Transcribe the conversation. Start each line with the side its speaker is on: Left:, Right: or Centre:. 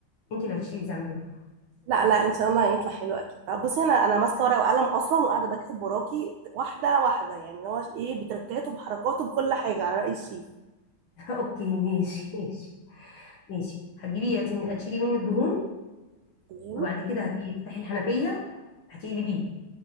Left: انت اللي هتشيلي ذنبي بقى
Right: لا
Left: ماشي
Right: لا ان شاء الله هيطلع حلو اكيد طب بصي انا انا ماسكه ورقه وقلم اصلا وقاعده بكتب وراكي واحده واحده يعني هو ايه بتركاته بحركاته بكل حاجه على راي الشيف
Left: <laughs> اوكي ماشي ماشي ماشي هتجيبي هت- هتشيلي مني الدهون
Right: تمام
Left: وبعد كده هتيجي تفتحي الحنفيه هتقلبيه